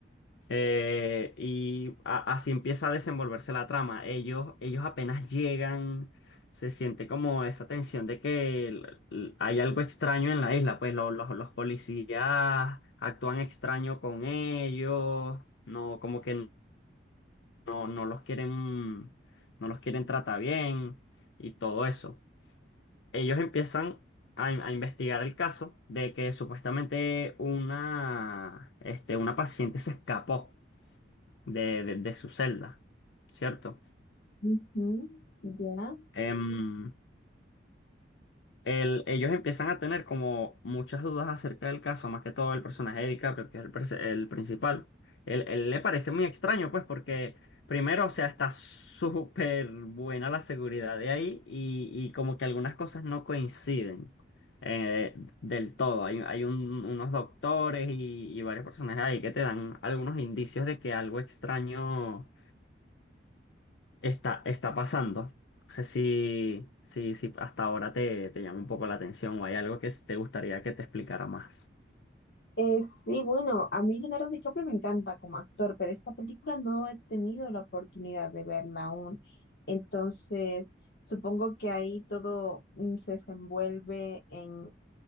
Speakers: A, on the left (about 80°); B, on the left (about 65°).
A: Eh, y a- así empieza a desenvolverse la trama. Ellos, ellos apenas llegan, se siente como esa tensión de que l- l- hay algo extraño en la isla, pues lo- los los policías actúan extraño con ellos, no, como que no, no los quieren, no los quieren tratar bien y todo eso. Ellos empiezan a, in- a investigar el caso de que supuestamente una, este, una paciente se escapó de, de- de su celda, ¿cierto?
B: ujú, Ya.
A: Em, el- ellos empiezan a tener como muchas dudas acerca del caso, más que todo el personaje de DiCaprio, que es el, perse- el principal. Él, él le parece muy extraño, pues, porque primero, o sea, está súper buena la seguridad de ahí y, y como que algunas cosas no coinciden. eh, del todo. Hay, hay un- unos doctores y, y varios personajes ahí que te dan algunos indicios de que algo extraño está, está pasando. No sé si, si, si hasta ahora te, te llama un poco la atención o hay algo que te gustaría que te explicara más.
B: Eh, sí, bueno, a mí Leonardo DiCaprio me encanta como actor, pero esta película no he tenido la oportunidad de verla aún. Entonces, supongo que ahí todo mm, se desenvuelve en,